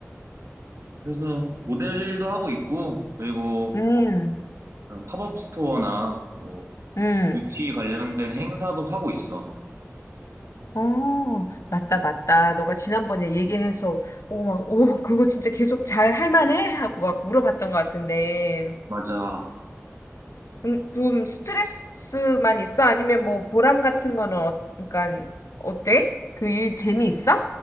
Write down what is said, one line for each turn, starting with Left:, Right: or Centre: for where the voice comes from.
Right: 그래서 모델 일도 하고 있고, 그리고
Left: 음,
Right: 그런 팝업 스토어나 뭐,
Left: 음.
Right: 뷰티 관련된 행사도 하고 있어.
Left: 어, 맞다, 맞다. 너가 지난번에 얘기해서, 오, 막, 오, 그거 진짜 계속 잘 할 만해? 하고 막 물어봤던 것 같은데.
Right: 맞아.
Left: 음, 좀 스트레스만 있어? 아니면 뭐 보람 같은 거는, 어, 그러니까, 어때? 그 일 재미있어?